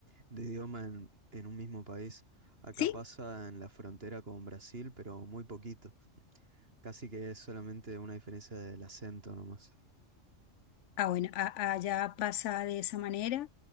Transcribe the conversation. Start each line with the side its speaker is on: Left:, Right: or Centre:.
Right: de idioma en, en un mismo país. Acá
Left: Sí,
Right: pasa en la frontera con Brasil, pero muy poquito. Casi que es solamente una diferencia del acento nomás.
Left: ah, bueno, a- allá pasa de esa manera,